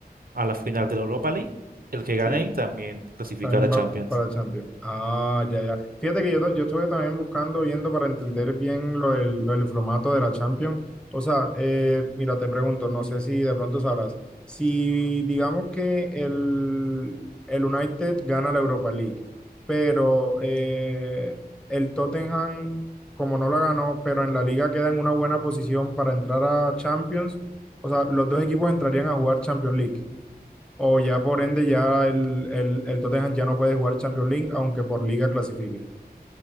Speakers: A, on the right; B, in the centre.
A: a la final de la Europa League, el que gane
B: sí.
A: ahí también clasifica
B: También
A: a la Champions.
B: va para Champions. Ah, ya, ya. Fíjate que yo, to- yo estuve también buscando, viendo para entender bien lo del, lo del formato de la Champions. O sea, eh, mira, te pregunto, no sé si de pronto sabrás, si digamos que el, el United gana la Europa League, pero eh, el Tottenham, como no la ganó, pero en la liga queda en una buena posición para entrar a Champions, o sea, los dos equipos entrarían a jugar Champions League. O ya por ende ya el, el, el Tottenham ya no puede jugar Champions League, aunque por liga clasifique.